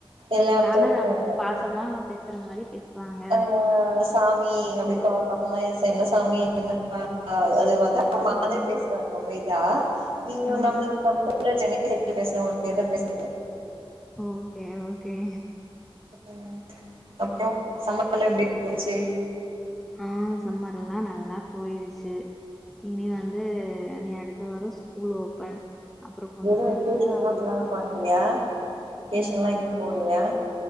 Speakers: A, on the right; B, in the centre.
A: எல்லா
B: ம் ஆனா
A: தோத்துவாங்க
B: நம் பாசமா பேசுற மாரி பேசுவாங்க
A: ஆஹ் சாமி
B: அப்புறம்
A: அப்டி <unintelligible> தண்ணி <inaudible> அது வ இத மா
B: ம்.
A: அதே பேசுவாங்க ரொம்ப இ தா நிங்
B: ஆ.
A: நம்ள <inaudible> சென்னை செட்ல பேசுறவங்க எதவு பேச <inaudible>
B: ஓகே ஓகே
A: உம் அப்றோ சம்மர்லா எப்டி போச்சு
B: ஆஹ் சம்மர் எல்லா நல்லா போயிடுச்சு இனி வந்து நீ அடுத்த வரு ஸ்கூல் ஓப்பன் அப்றோ கொண்டு
A: எதுவு
B: போய்
A: வெக்கேஷன்லா
B: விட்டா அவ்ளதா
A: பிளான் பண்லையா வெக்கேஷன்லா
B: உம்
A: எங்கயு போலையா